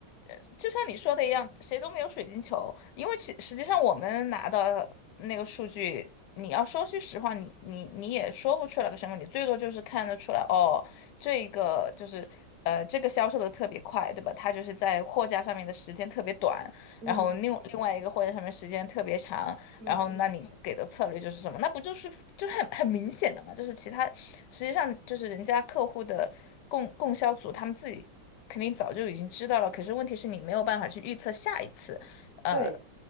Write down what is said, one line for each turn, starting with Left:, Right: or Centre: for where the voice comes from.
Left: 呃就像你说的一样，谁都没有水晶球，因为其实际上我们拿到那个数据，你要说句实话，你你你也说不出来个什么，你最多就是看得出来，哦，这个就是呃这个销售的特别快，对吧？它就是在货架上面的时间特别短，
Right: 嗯
Left: 然后另另外一个货架上面时间特别长，
Right: 嗯嗯，
Left: 然后那你给的策略就是什么？那不就是就很很明显的嘛？就是其他实际上就是人家客户的供供销组他们自己肯定早就已经知道了。可是问题是你没有办法去预测下一次，呃，
Right: 对